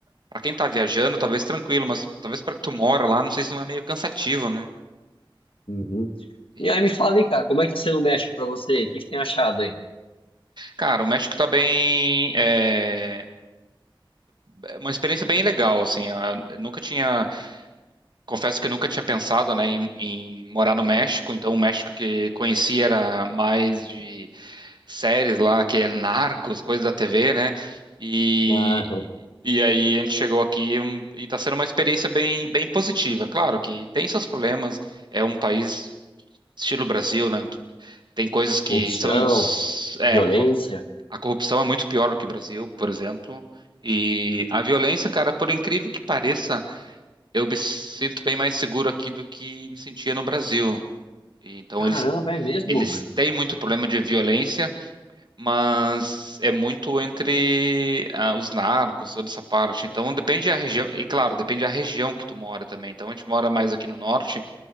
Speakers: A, on the right; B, on the left.
A: pra quem tá viajando, talvez tranquilo, mas talvez pra que tu mora lá, não sei se não é meio cansativo, né?
B: Uhum.
A: E,
B: E aí me fala aí, cara, como é que tá sendo o México pra você? O que que tem achado aí?
A: cara, o México tá bem. é, É uma experiência bem legal, assim. a- nunca tinha, confesso que eu nunca tinha pensado, né, em, em morar no México. Então, o México que conheci era mais de séries lá, que é Narcos, coisas da TV, né? E,
B: Ah,
A: e aí a gente chegou aqui hum, e está sendo uma experiência bem, bem positiva. Claro que tem seus problemas, é um país estilo Brasil, né? Tem coisas que
B: Corrupção,
A: são, é,
B: violência.
A: corrup- a corrupção é muito pior do que o Brasil, por exemplo. E a violência, cara, por incrível que pareça, eu me sinto bem mais seguro aqui do que me sentia no Brasil. E, Então,
B: Caramba,
A: eles,
B: é mesmo,
A: eles
B: velho.
A: têm muito problema de violência mas é muito entre ah, os narcos, toda essa parte. Então depende da região, e claro, depende da região que tu mora também. Então a gente mora mais aqui no norte